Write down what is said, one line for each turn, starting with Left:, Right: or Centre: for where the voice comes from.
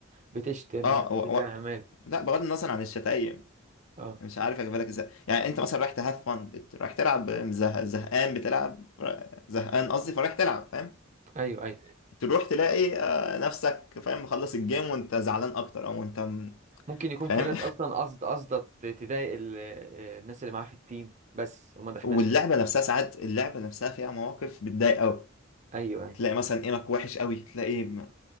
Right: بتشتم
Left: اه
Right: ناس
Left: و...
Right: بتعمل
Left: و... لا بغض النظر عن الشتايم
Right: اه
Left: مش عارف اجيبها لك ازاي يعني انت مثلا رايح تهاف فن رايح تلعب زه... زهقان بتلعب را- زهقان قصدي فرايح تلعب فاهم
Right: ايوه ايوه
Left: تروح تلاقي آه، نفسك فاهم مخلص الجيم وانت زعلان اكتر او انت م-
Right: ممكن يكون
Left: فاهم
Right: في ناس اصلا قصد قصد تضايق ال... آه، الناس اللي معاه في التيم بس
Left: <laughs>
Right: وما دخلناش
Left: واللعبه نفسها ساعات اللعبه نفسها فيها مواقف بتضايق قوي
Right: ايوه ايوه
Left: تلاقي مثلا ايمك وحش قوي تلاقي م-